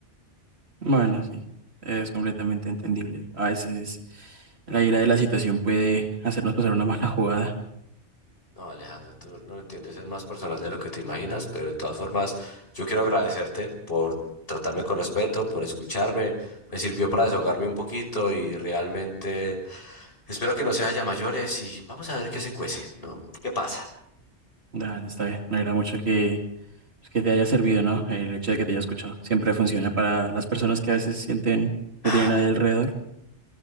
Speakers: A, on the right; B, on the left.
A: Bueno, sí, es completamente entendible. A veces la ira de la situación puede hacernos pasar una mala jugada.
B: No, Alejandro, tú no lo entiendes, es más personal de lo que te imaginas, pero de todas formas, yo quiero agradecerte por tratarme con respeto, por escucharme. Me sirvió para desahogarme un poquito y realmente espero que no se haya mayores y vamos a ver qué se cuece, ¿no? ¿Qué pasa?
A: Dale, está bien. Me alegra mucho que Pues que te haya servido, ¿no? El hecho de que te haya escuchado. Siempre funciona para las personas que a veces sienten
B: Ah,
A: que no tienen nadie alrededor.